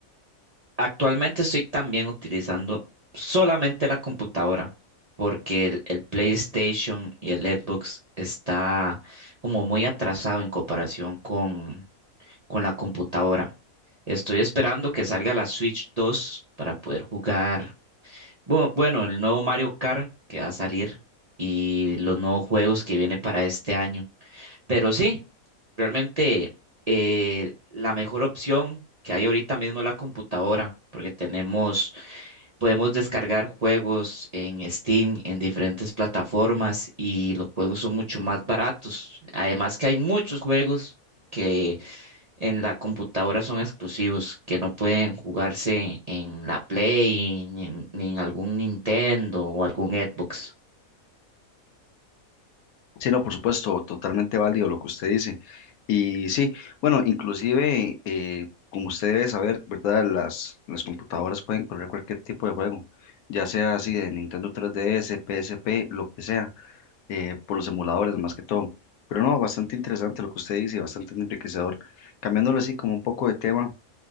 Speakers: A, on the right; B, on the left.
A: Actualmente estoy también utilizando solamente la computadora porque el, el PlayStation y el Xbox está como muy atrasado en comparación con, con la computadora. Estoy esperando que salga la Switch 2 para poder jugar, bu- bueno, el nuevo Mario Kart que va a salir y los nuevos juegos que viene para este año. Pero sí, realmente eh, la mejor opción que hay ahorita mismo es la computadora porque tenemos Podemos descargar juegos en Steam, en diferentes plataformas y los juegos son mucho más baratos. Además que hay muchos juegos que en la computadora son exclusivos, que no pueden jugarse en la Play, ni en, ni en algún Nintendo o algún Xbox.
B: Sí, no, por supuesto, totalmente válido lo que usted dice. Y sí, bueno, inclusive, eh, como usted debe saber, ¿verdad? Las, las computadoras pueden correr cualquier tipo de juego, ya sea así de Nintendo 3DS, PSP, lo que sea, eh, por los emuladores más que todo. Pero no, bastante interesante lo que usted dice, y bastante enriquecedor. cambiándolo así como un poco de tema,